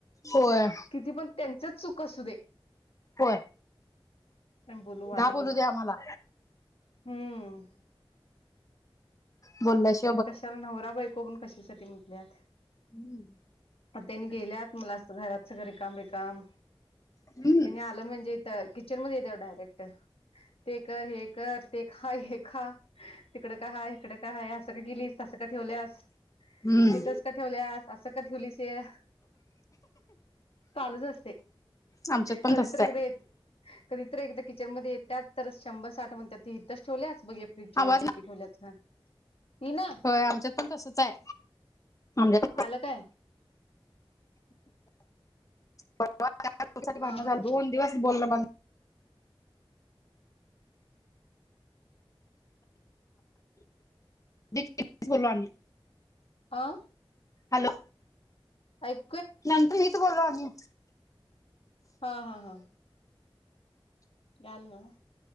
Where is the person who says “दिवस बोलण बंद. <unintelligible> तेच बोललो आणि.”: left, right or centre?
Left